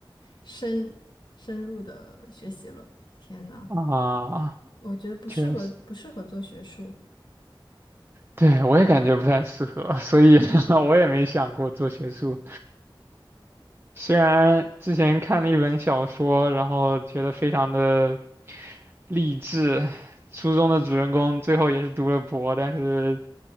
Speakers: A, on the left; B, on the right.
A: 深深入的学习了。天呐，
B: 啊，
A: 我觉得不适合，
B: 确实，
A: 不适合做学术，
B: 对，我也感觉不太适合，所以 <laughs> 我也没想过做学术。虽然之前看了一本小说，然后觉得非常的励志，书中的主人公最后也是读了博，但是，